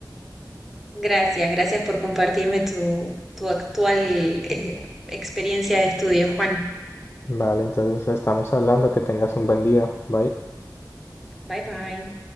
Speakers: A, in the centre; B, on the left.
A: Gracias, gracias por compartirme tu, tu actual, eh, experiencia de estudio, Juan.
B: Vale, entonces estamos hablando, que tengas un buen día. Bye.
A: Bye bye.